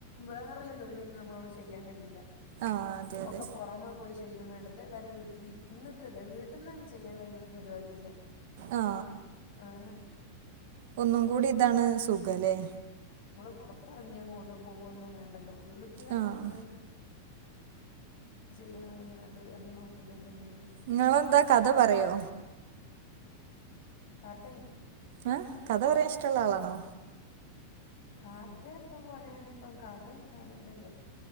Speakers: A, on the left; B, on the right.
A: വേറല്ല ജോലിയൊന്നും നമ്മളോട് ചെയ്യാൻ കഴിയൂല
B: ആഹ് അതെ അതെ
A: ഒക്കെ പൊറമേ പോയി ചെയ്യും വേണ്ട ഇതേതായാലും വീട്ടിലിര്ന്നിട്ടല്ലേ വീട്ട്ന്നെന്നെ ചെയ്യാൻ കഴിയ്ണോരു പരിപാടിയല്ലേ
B: ആ
A: ഏഹ്
B: ഒന്നും കൂടി ഇതാണ് സുഖല്ലേ
A: പൊറത്തറങ്ങിങ്ങോട്ടും പോവോന്നും വേണ്ടല്ലോ വീട്ടില്
B: ആഹ്
A: ഇരുന്ന് ചെയ്യാൻ കഴിയ്ണത് അത് നോക്കിട്ട് ഇതന്നെയാണ്
B: നിങ്ങളെന്താ കഥ പറയോ
A: കഥെ
B: ഏ കഥ പറയാൻ ഇഷ്ട്ടള്ള ആളാണോ
A: കഥയോക്കെ പറയാന് ഇപ്പം കഥ ഇന്ക്ക് അറിയില്ലല്ലോ